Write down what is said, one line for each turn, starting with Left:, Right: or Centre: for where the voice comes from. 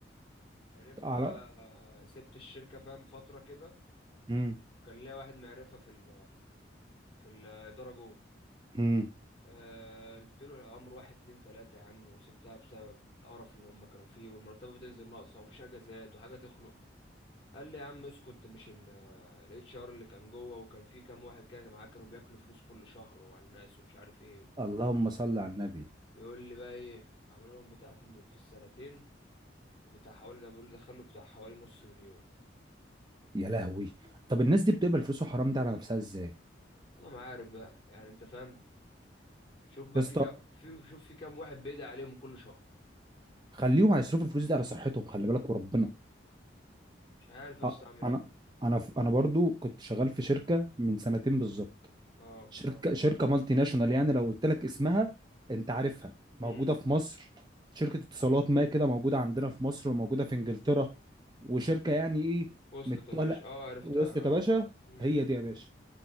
Left: عرفت
Right: على
Left: بقى آه، سبت الشركة فاهم فترة كده
Right: امم
Left: كان ليا واحد معرفة في ال في الإدارة جوه
Right: امم
Left: آه، قلت له الأمر واحد اتنين تلاتة يا عم وسبتها بسبب القرف اللي هم كانوا فيه والمرتبة بتنزل ناقصة ومفيش أجازات وحاجة تخنق قال لي يا عم اسكت ده مش ال اتش ار اللي كان جوه وكان فيه كام واحد كده معاه كانوا بياكلوا فلوس كل شهر وعلى الناس ومش عارف ايه
Right: اللهم صل على النبي
Left: بيقول لي بقى ايه عملوا لهم بتاع في السنتين بتاع حوالي ده بيقول لي دخلوا بتاع حوالي نص مليون
Right: يا لهوي طب الناس دي بتقبل فلوس الحرام ده على نفسها ازاي
Left: والله ما عارف بقى يعني انت فاهم شوف بقى
Right: يا اسطى
Left: في كام في شوف في كام واحد بيدعي عليهم كل شهر
Right: خليهم هيصرفوا الفلوس دي على صحتهم خلي بالك وربنا
Left: مش عارف يا اسطى
Right: أ-
Left: اعمل
Right: انا
Left: ايه
Right: انا ف- انا برضو كنت شغال في شركه من سنتين بالظبط
Left: اه
Right: شركه شركه مالتي ناشونال يعني لو قلت لك اسمها انت عارفها
Left: امم
Right: موجوده في مصر شركه اتصالات ما كده موجوده عندنا في مصر وموجوده في انجلترا وشركه يعني ايه
Left: وصلت
Right: متطلع
Left: يا باشا اه عرفتها
Right: وسط
Left: اه
Right: يا باشا
Left: امم
Right: هي دي يا باشا